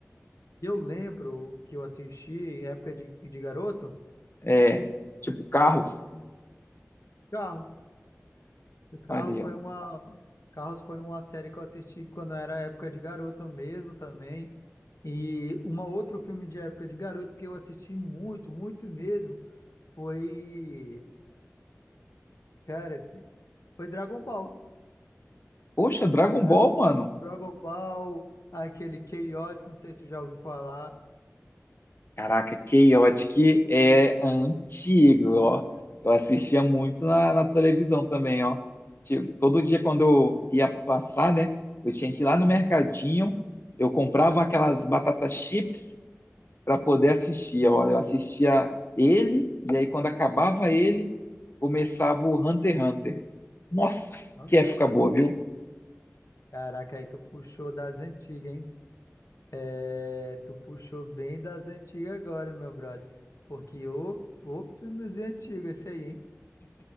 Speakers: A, on the left; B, on the left.
A: Eu lembro que eu assisti, época de, de garoto,
B: É, tipo, Carros.
A: Carros, O Carros
B: Ali,
A: foi
B: ó.
A: uma Carros foi uma série que eu assisti quando era época de garoto mesmo também. E uma outro filme de época de garoto que eu assisti muito, muito mesmo, foi, cara, foi Dragon Ball.
B: Poxa, Dragon
A: Dragon
B: Ball, mano.
A: Dragon Ball, aquele Chaotix, não sei se você já ouviu falar.
B: Caraca, Chaotic é antigo, ó. Eu assistia muito na, na televisão também, ó. Tipo, todo dia quando eu ia passar, né? Eu tinha que ir lá no
A: Uhum,
B: mercadinho, eu comprava aquelas batatas chips para poder assistir,
A: uhum.
B: ó. Eu assistia ele, e aí quando acabava ele, começava o Hunter x Hunter. Nossa,
A: Ante-
B: que época
A: Nossa,
B: boa, viu?
A: caraca, aí tu puxou das antigas, hein? É, tu puxou bem das antigas agora, meu brother. Porque ô, ô filmezinho antigo esse aí, hein?